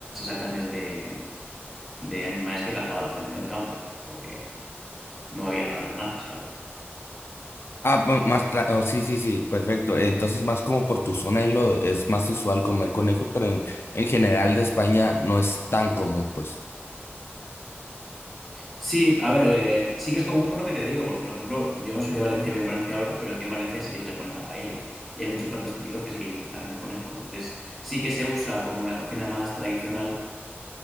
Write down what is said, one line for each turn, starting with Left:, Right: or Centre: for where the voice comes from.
Centre: a carnes de, de animales que cazaba la gente en el campo, porque no había tantas granjas, claro.
Left: Ah, bu- más claro, sí, sí, sí, perfecto. Entonces, más como por tu zona es, lo, es más usual comer conejo, pero en, en general de España no es tan común, pues.
Centre: Sí, a ver, eh, sí que es común por lo que te digo, porque por ejemplo, yo no soy de Valencia, vivo en Valencia ahora, pero aquí en Valencia sí que se le pone la paella. Y hay muchos platos típicos que sí que llevan carne de conejo. Entonces, sí que se usa como la cocina más tradicional,